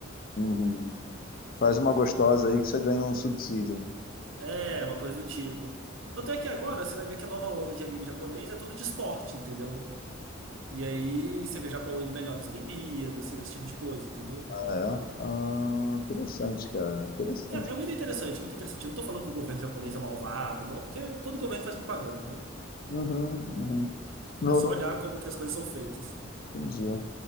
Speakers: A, on the left; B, on the right.
A: Uhum. Faz uma gostosa aí que você ganha um subsídio.
B: É, uma coisa do tipo. Tanto é que agora você vai ver que a nova onda de anime japonês é tudo de esporte, entendeu? E aí você vê o Japão indo melhor nas Olimpíadas, você vê esse tipo de coisa, entendeu?
A: Ah, é? Ah, interessante, cara. Interessante.
B: Cara, é muito interessante, é muito interessante. Eu não tô falando que o governo japonês é malvado, não, porque todo governo faz propaganda, né?
A: Uhum, uhum. Não,
B: É só
A: não
B: olhar como que as coisas são feitas.
A: entendi.